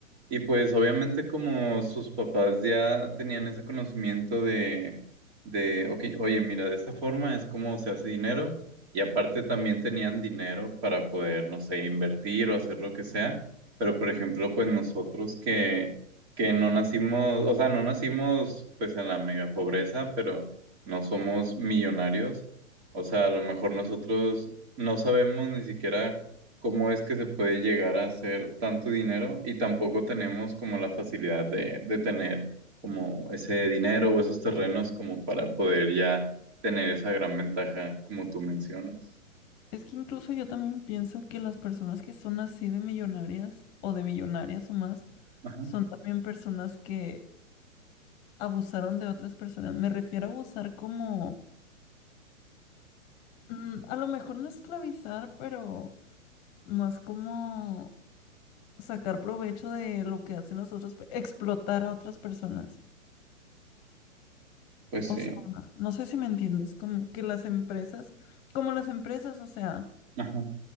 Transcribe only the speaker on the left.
Es que incluso yo también pienso que las personas que son así de millonarias o de billonarias o más,
son también personas que abusaron de otras personas. Me refiero a abusar como, mm, a lo mejor no esclavizar, pero más como sacar provecho de lo que hacen los otros, pe- explotar a otras personas.
O
sea, no sé si me entiendes, como que las empresas, como las empresas, o sea.